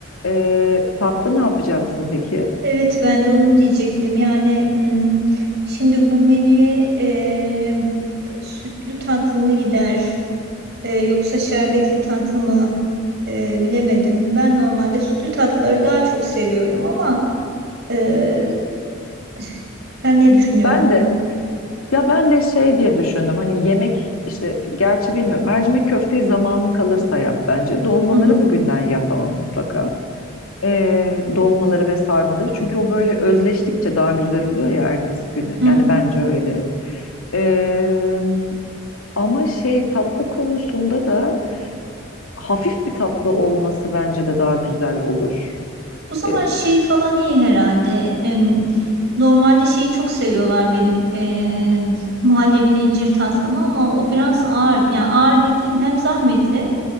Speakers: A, on the left; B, on the right.
A: Ee, tatlı ne yapacaksın peki?
B: Evet ben de onu diyecektim. Yani hmm, şimdi bu menüye e, sütlü tatlı mı gider e, yoksa şerbetli tatlı mı E, bilemedim. Ben normalde sütlü tatlıları daha çok seviyorum ama Ee, <sighs> sen ne düşünüyorsun?
A: Ben de ya ben de şey diye düşündüm. Hani yemek işte gerçi bilmiyorum. Mercimek köfteyi zamanın kalırsa yap bence. Dolmaları
B: Hı hı,
A: bugünden yap ama mutlaka. Ee, dolmaları ve sarmaları. Çünkü o böyle özleştikçe daha güzel oluyor ya ertesi güne.
B: hı
A: Yani
B: hı.
A: bence öyle. Eee, ama şey tatlı konusunda da hafif bir tatlı olması bence de daha güzel olur.
B: O zaman
A: Eee,
B: şey falan iyi herhalde. Em, normalde şeyi çok seviyorlar benim em, muhallebili incir tatlımı ama o biraz ağır. Yani ağır dediğim hem zahmetli